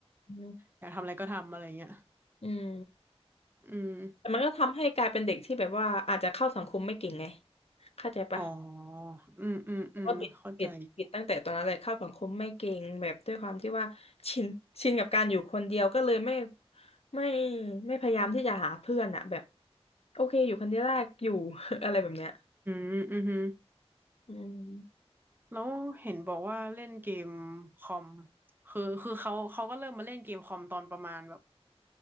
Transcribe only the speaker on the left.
อืม
อืม
แต่มันก็ทำให้กลายเป็นเด็กที่แบบว่าอาจจะเข้าสังคมไม่เก่งไงเข้าใจปะ
แล้วก็ติดติดติดตั้งแต่ตอนนั้นเลยเข้าสังคมไม่เก่งแบบด้วยความที่ว่าชินชินกับการอยู่คนเดียวก็เลยไม่ไม่ไม่พยายามที่จะหาเพื่อนอะแบบโอเคอยู่คนเดียวได้อยู่ <laughs> อะไรแบบเนี้ย
อืม